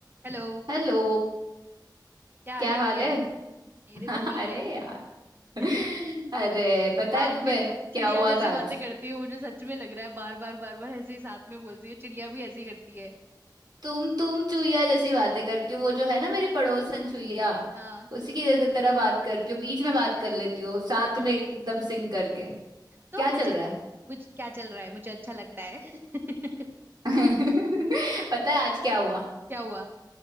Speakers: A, on the right; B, on the right.
A: Hello
B: Hello
A: क्या हाल
B: क्या
A: है
B: हाल
A: आपके
B: है
A: मेरे
B: <laughs>
A: तो ठीक
B: अरे
A: है
B: यार
A: <laughs>
B: अरे पता
A: आप
B: है तुम्हें
A: भी
B: क्या
A: चिड़िया
B: हुआ
A: जैसी
B: था आज
A: बातें करती हो मुझे सच में लग रहा है बार बार बार बार ऐसे ही साथ में बोलती हो चिड़िया भी ऐसे ही करती है
B: तुम तुम चुईया जैसी बातें करती हो वो जो है ना मेरी पड़ोसन चुईया
A: हाँ
B: उसी की जगह तरह बात करती हो बीच में बात कर लेती हो साथ
A: <laughs>
B: में एकदम सिंग करके क्या
A: तो
B: चल
A: मुझे
B: रहा है
A: मुझे क्या चल रहा है मुझे अच्छा लगता है <laughs> क्या
B: <laughs> पता है आज क्या हुआ
A: हुआ